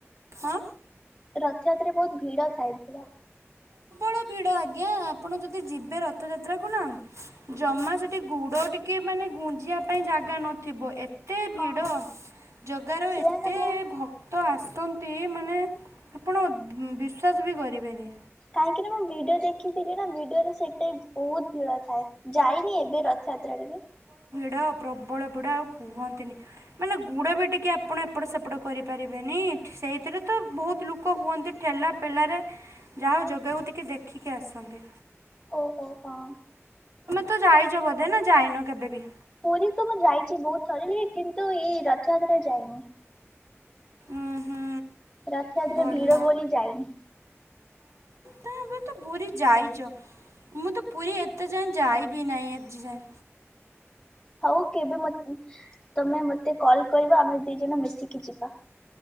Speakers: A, on the right; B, on the left.
A: ଆଁ।
B: ରଥଯାତ୍ର ରେ ବହୁତ ଭିଡ଼ ଥାଏ ଭିଡ଼।
A: ପ୍ରବଳ ଭିଡ ଆଜ୍ଞା! ଆପଣ ଯଦି ଯିବେ ରଥଯାତ୍ରା କୁ ନା ଜମା ସେଠି ଗୁଡ଼ ଟିକେ ମାନେ ମାନେ ଗୁଞ୍ଜିବା ପାଇଁ ଜାଗା ନଥିବ। ଏତ୍ ଏତେ
B: ହଁ
A: ଭିଡ଼! ଜଗାର
B: ସେୟା
A: ଏତେ
B: ନା ମୁଁ
A: ଭକ୍ କ୍ତ ଆସନ୍ତି। ମାନେ ଆପଣ ବିଶ୍ୱାସ ବି କରିବେନି!
B: କାହିଁକି ନା, ମୁଁ ଭିଡ଼ିଓ ଦେଖିଥିଲି ନା ଭିଡ଼ିଓରେ ସେଇଟି ବହୁତ ଭିଡ଼ ଥାଏ। ଯାଇନି, ଏବେ ରଥଯାତ୍ରାରେ ବି?
A: ଡ଼ ପ୍ରବଳ ପିଡ଼ା ଆଉ କୁହନ୍ତିନି। ମାନେ ଗୁଡ ବି ଟିକେ ଆପଣ ଏପଟ ସେପଟ କରିପାରିବେନି। ସେଇଥିରେ ତ ବହୁତ ଲୁକ ହୁଅନ୍ତି, ଠେଲାପେଲାରେ ଯା ହଉ, ଜଗା କୁ ତିକେ ଦେଖିକି ଆସନ୍ତେ।
B: ଓହୋ! ହଁ।
A: ତ ଯାଇଛ ବଧେ ନା ଯାଇନ କେବେ ବିି?
B: ପୁରୀ ତ ମୁଁ ଯାଇଛି ବହୁତ ଥର। ଲେକି କିନ୍ତୁ ଏଇ ରଥଯାତ୍ରାରେ ଯାଇନି।
A: ଉ ହୁଁ।
B: ରଥଯାତ୍ରା
A: ଭଲ
B: ଭିଡ଼ ବୋଲି ଯାଇନି।
A: ତ ଏବେଁ ତ ପୁରୀ ଯାଇଚ? ମୁଁ ତ ପୁରୀ ଏତେ ଯାଏଁ ଯାଇବି ନାହିଁ। ଆଜି ଯାଏଁ।
B: ହଉ, କେବେ ମ ତମେ ମତେ କଲ୍ କରିବ। ଆମେ ଦି ଜଣ ମିଶିକି ଯିବା।